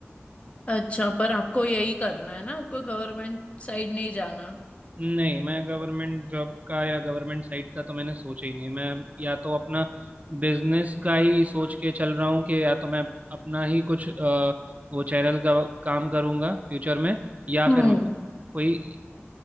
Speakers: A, on the left; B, on the right.
A: अच्छा पर आपको यही करना है ना आपको गवर्नमेंट साइड नहीं जाना
B: नहीं मैं गवर्नमेंट जॉब का या गवर्नमेंट साइट का तो मैंने सोचा ही नहीं मैं या तो अपना बिजनेस का ही सोच के चल रहा हूँ कि या तो मैं अपना ही कुछ अ, वो चैनल का काम करूँगा फ्यूचर में या
A: हम्म
B: फिर मैं कोई